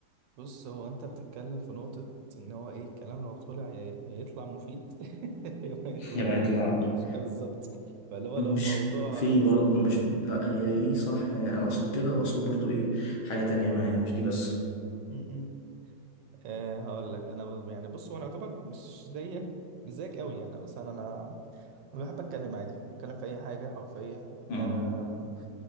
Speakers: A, on the right; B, on the left.
A: بص هو انت بتتكلم في نقطة ان هو ايه الكلام لو طلع يا يا يطلع مفيد <laughs> يا ما يطلع
B: جمعية العمل
A: بالظبط فاللي هو
B: مش
A: لو موضوع
B: في
A: يستاهل
B: برضه مش لأ هي دي صح يعني أنا أقصد كده وأقصد برضه إيه حاجة تانية معايا مش دي بس
A: م- م. آه هقول لك انا بز- يعني بص هو انا يعتبر مش زيك مش زيك قوي يعني مثلا انا أنا بحب اتكلم عادي بتكلم في اي حاجة حرفيا
B: مم.
A: آه